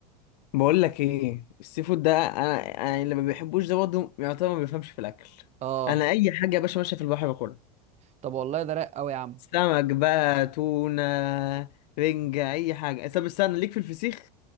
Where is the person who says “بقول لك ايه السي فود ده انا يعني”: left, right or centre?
Left